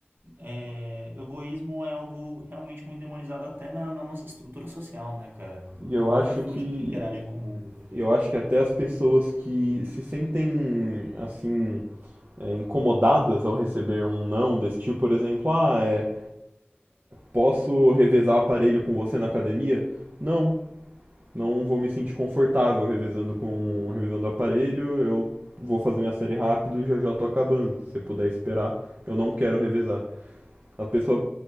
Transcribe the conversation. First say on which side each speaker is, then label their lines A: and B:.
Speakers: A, on the right; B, on the right.
A: é, egoísmo é algo realmente muito demonizado até na, na nossa estrutura social, né, cara?
B: E
A: Na
B: eu
A: maneira
B: acho
A: como
B: que
A: a gente interage com o mundo.
B: eu acho que até as pessoas que se sentem assim é, incomodadas ao receber um não desse tipo, por exemplo, ah, é, posso revezar aparelho com você na academia? Não, não vou me sentir confortável revezando com revezando aparelho. Eu vou fazer minha série rápido, já já eu tô acabando. Se você puder esperar, eu não quero revezar. A pessoa